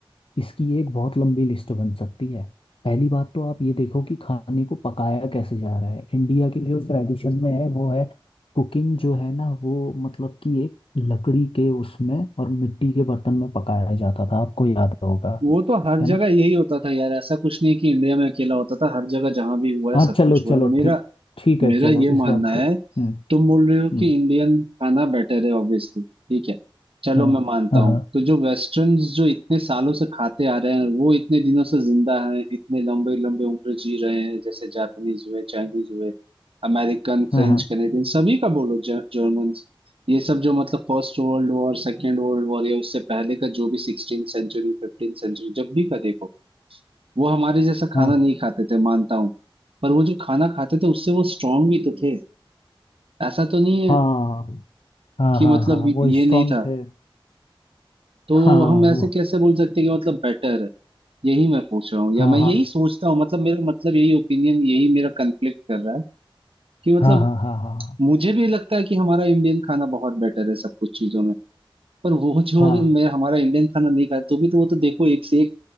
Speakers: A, on the left; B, on the right.
A: इसकी एक बहुत लंबी लिस्ट बन सकती है पहली बात तो आप ये देखो कि खाने को पकाया कैसे जा रहा है इंडिया की जो ट्रेडिशन में है वो है कुकिंग जो है ना वो मतलब कि एक लकड़ी के उसमें और मिट्टी के बर्तन में पकाया जाता था आपको याद होगा
B: वो तो हर
A: है
B: जगह
A: ना
B: यही होता था यार ऐसा कुछ नहीं कि इंडिया में अकेला होता था हर जगह जहां भी हुआ है
A: हाँ
B: सब
A: चलो
B: कुछ हुआ
A: चलो
B: है मेरा
A: ठीक ठीक है
B: मेरा
A: चलो
B: ये
A: इस
B: मानना
A: बात को
B: है
A: हम्म
B: तुम बोल रहे हो
A: हम्म
B: कि इंडियन खाना बेटर है ऑब्वियसली ठीक है चलो
A: हाँ
B: मैं मानता
A: हाँ
B: हूँ
A: हाँ
B: तो जो वेस्टर्न जो इतने सालों से खाते आ रहे हैं वो इतने दिनों से जिंदा हैं इतने लंबे लंबे उम्र जी रहे हैं जैसे जापानीज हुए चाइनीज हुए अमेरिकन
A: हाँ
B: फ्रेंच कनेडियन सभी का बोलो जर्मन ये सब जो मतलब first world war second world war या उससे पहले का जो भी सिक्सटीन सेंचुरी फिफ्टीन सेंचुरी जब भी का देखो वो हमारे जैसा खाना
A: हाँ
B: नहीं खाते थे मानता हूँ पर वो जो खाना खाते थे उससे वो स्ट्रांग भी तो थे ऐसा तो नहीं है
A: हाँ हाँ
B: कि
A: हाँ
B: मतलब
A: हाँ हाँ,
B: ये
A: वो स्ट्रांग
B: नहीं था
A: थे
B: तो
A: हाँ
B: हम ऐसे
A: वो
B: कैसे बोल सकते कि मतलब बेटर है यही मैं पूछ रहा हूँ या
A: हाँ
B: मैं यही
A: हाँ
B: सोचता हूँ मतलब मेरा मतलब यही ओपिनियन यही मेरा कन्फ्लिक्ट कर रहा है कि मतलब
A: हाँ हाँ हाँ हाँ
B: मुझे भी लगता है कि हमारा इंडियन खाना बहुत बेटर है सब कुछ चीजों में पर वो जो
A: हाँ
B: अगर मैं हमारा इंडियन खाना नहीं खाए तो भी तो वो तो देखो एक से एक